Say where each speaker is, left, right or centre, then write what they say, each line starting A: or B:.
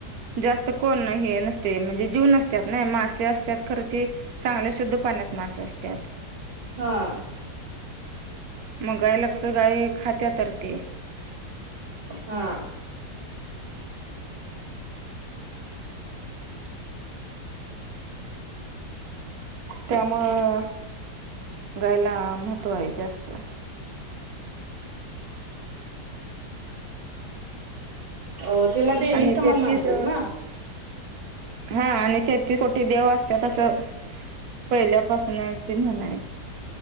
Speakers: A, on the right; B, on the right.
A: जास्त कोण हे नसते म्हणजे जीव नसत्यात नाही मासे असत्यात खरं ते चांगल्या शुद्ध पाण्यात मासे असत्यात.
B: हा.
A: मग गायला कसं, गाय खात्या तर ते.
B: हा.
A: त्यामुळं गाईला महत्व आहे जास्त.
B: अ तिला देवी
A: आणि
B: समान
A: तेतीस
B: मानतात ना
A: हा आणि ते तीस कोटी देव असत्यात असं पहिल्यापासूनची म्हण आहे.